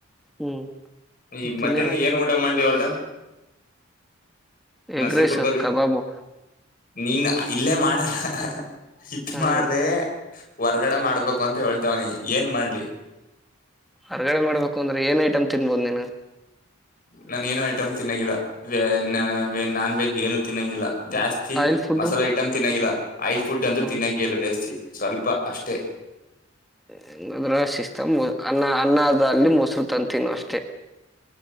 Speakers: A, in the centre; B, on the left.
A: ಹ್ಮ್
B: ಈಗ್
A: ತಿನ್ನೇನ
B: ಮಧ್ಯಾಹ್ನ ಏನ್ ಊಟ ಮಾಡ್ಲಿ ಅವ್ಲ್ಡ ನಸೀಪುರ್ದಲ್ಲಿ
A: ಎಗ್ ರೈಸ್ ಕಬಾಬು
B: ನೀನ ಇಲ್ಲೇ ಮಾಡ, ಆ ಆ ಇತ್
A: ಹ್ಮ್
B: ಮಾಡ್ದೆ ಹೊರ್ಗಡೆ ಮಾಡ್ಬೇಕು ಅಂತ ಹೇಳ್ತವ್ನಿ, ಏನ್ ಮಾಡ್ಲಿ
A: ಹೊರ್ಗಡೆ ಮಾಡ್ಬೇಕು ಅಂದ್ರೆ ಏನ್ ಐಟಮ್ ತಿನ್ಬೋದ್ ನೀನು
B: ನಾನ ಏನು ಐಟಮ್ ತಿನ್ನನ್ಗಿಲ್ಲ, ವೆ ನಾ ನಾನ್ ವೆಜ್ ಏನು ತಿನ್ನನ್ಗಿಲ್ಲ ಜಾಸ್ತಿ
A: ಆಯಿಲ್ ಫುಡ್
B: ಮಸಾಲೆ ಐಟಮ್ ತಿನ್ನನ್ಗಿಲ್ಲ, ಆಯಿಲ್ ಫುಡ್ ಅಂತೂ
A: ಹ್ಮ್
B: ತಿನ್ನನ್ಗೆ ಇಲ್ಲ ಜಾಸ್ತಿ, ಸ್ವಲ್ಪ ಅಷ್ಟೇ
A: ಹ್ಮ ಅದ್ರ ಸಿಸ್ಟಮ್ ಅನ್ನ ಅನ್ನದ ಅಲ್ಲಿ ಮೊಸ್ರು ತಂದ್ ತಿನ್ನು ಅಷ್ಟೆ